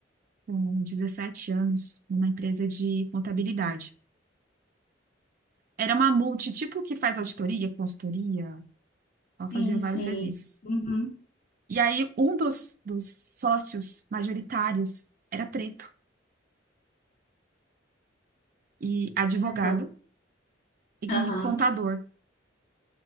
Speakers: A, on the right; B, on the left.
A: com 17 anos numa empresa de contabilidade. Era uma multi, tipo que faz auditoria, consultoria, ela
B: Sim,
A: fazia vários
B: sim.
A: serviços.
B: Uhum.
A: E aí um dos, dos sócios majoritários era preto e advogado
B: Olha só.
A: e
B: Aham.
A: contador.